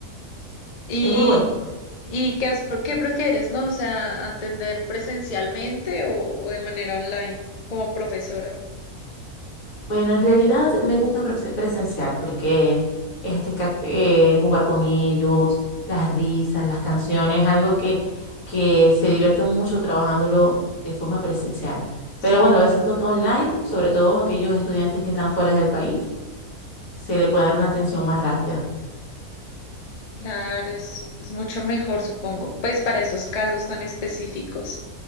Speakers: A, on the left (about 45°); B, on the left (about 65°).
A: ¿Y,
B: Es muy bueno.
A: y qué, has- qué prefieres, no? O sea, atender presencialmente o, o de manera online como profesora.
B: Bueno, en realidad me gusta presen- presencial porque este, ca- eh, jugar con ellos, las risas, las canciones, algo que, que se divierten mucho trabajándolo de forma presencial.
A: Sí,
B: Pero bueno, eso toca online, sobre todo aquellos estudiantes que están fuera del país, se le puede dar una atención más rápida.
A: claro, es, es mucho mejor, supongo. Pues para esos casos tan específicos.